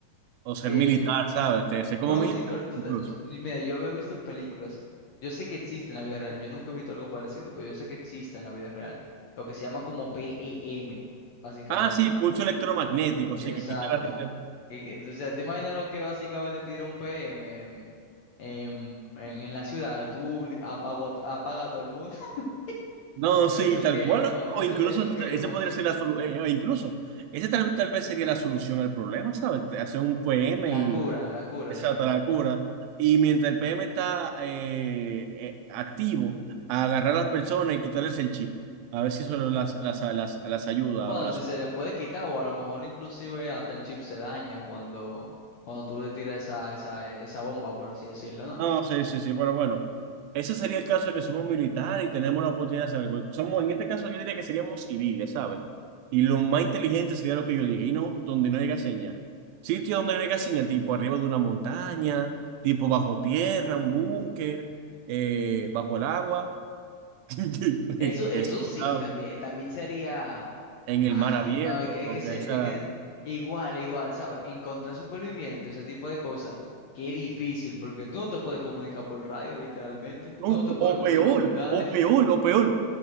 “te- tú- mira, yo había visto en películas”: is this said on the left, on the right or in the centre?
Left